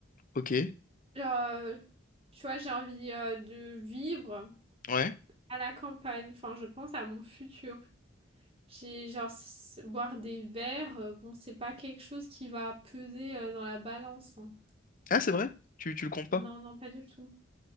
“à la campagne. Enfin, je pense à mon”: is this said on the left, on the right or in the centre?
Right